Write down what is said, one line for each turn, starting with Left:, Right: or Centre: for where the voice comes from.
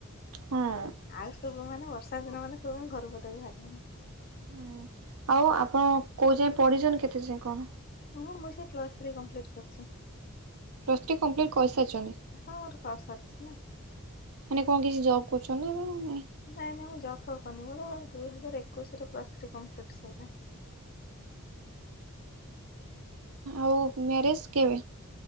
Right: ହଁ।
Left: ଆଉ ସବୁ ମାନେ ବର୍ଷା ଦିନ ମାନେ ସବୁେ ଘର କଦକୁ ବାହାରିବେନି।
Right: ହୁଁ ଆଉ ଆପଣ କୋଉ ଯାଏଁ ପଡିଛ କେତେ ଯାଏ କଣ?
Left: ହଁ ମୁଁ ସେ କ୍ଲସ୍ ଥ୍ରୀ କମ୍ପ୍ଲିଟ୍ କରିଛି।
Right: ପ୍ଲସ୍ଟି କମ୍ପ୍ଲିଟ୍ କରିସାରିଛନ୍ତିି।
Left: ହଁ ଗୋଟେ କରିସାରିଛି ନା।
Right: ମାନେ କଣ କିଛି ଜବ୍ କରୁଛନ୍ତି ଏ ନାଇଁ?
Left: ନାଇଁ ନାଇଁ ମୁଁ ଜବ୍ ହେବନି ମୋର ଦୁଇହଜାର ଏକୋଇଶରେ ପ୍ଲସ୍ ଥ୍ରୀ କମ୍ପ୍ଲିଟ୍ ସରିଲା।
Right: ଆଚ୍ଛା ଆଉ ମ୍ୟାରେଜ୍ କେବେ?